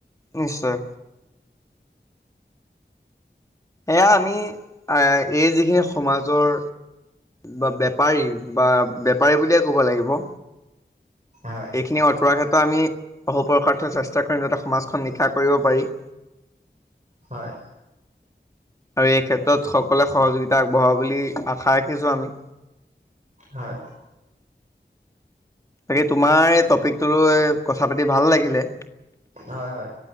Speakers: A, on the left; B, on the right.
A: নিশ্চয়। এয়া আমি এই যিখিনি সমাজৰ। বা বেপাৰী বা বেপাৰী বুলিয়ে ক'ব লাগিব।
B: হয়।
A: এইখিনি আঁতৰৰ ক্ষেত্ৰত আমি অহপুৰসৰ্থ চেষ্টা কৰিম যাতে সমাজখন নিকা কৰিব পাৰিম।
B: হয়।
A: আৰু এই ক্ষেত্ৰত সকলোৱে সহযোগিতা আগবঢ়াব বুলি আশা ৰাখিছো আমি।
B: হয়।
A: বাকী তোমাৰ এই টপিকটো লৈ কথা পাতি ভাল লাগিলে।
B: হয় হয়,